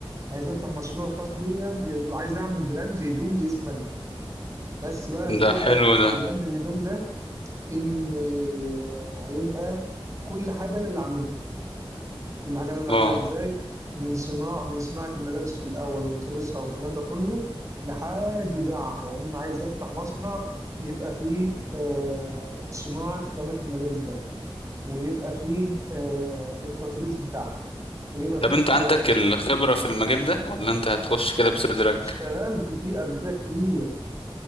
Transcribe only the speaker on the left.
ده حلو
ده
اه
طب
انت
عندك الخبرة في المجال ده ولا انت هتخش كده بصدرك